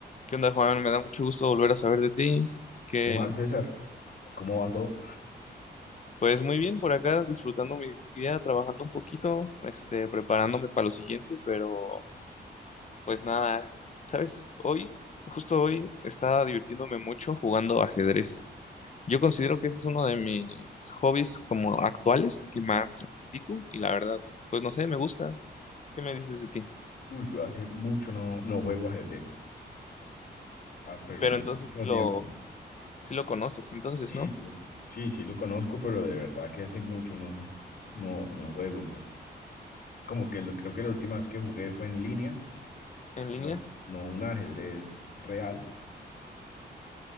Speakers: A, on the left (about 40°); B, on the left (about 60°).
A: ¿Qué onda, Juan? Me da mucho gusto volver a saber de ti. Que
B: ¿Qué más, César? ¿Cómo va todo?
A: pues muy bien por acá, disfrutando mi día, trabajando un poquito, este, preparándome para lo siguiente, pero pues nada, ¿sabes? Hoy, justo hoy, estaba divirtiéndome mucho jugando ajedrez. Yo considero que ese es uno de mis hobbies como actuales que más practico y la verdad, pues no sé, me gusta. ¿Qué me dices de ti?
B: Uy, yo hace mucho no, no juego ajedrez, ah, pero
A: Pero
B: muchísimo
A: entonces sí lo,
B: tiempo.
A: sí lo conoces, entonces,
B: Sí,
A: ¿no?
B: sí, sí, sí lo conozco, pero de verdad que hace mucho no, no, no juego, pues. Como que lo, creo que la última vez que jugué fue en línea,
A: ¿En
B: no,
A: línea?
B: no un ajedrez real.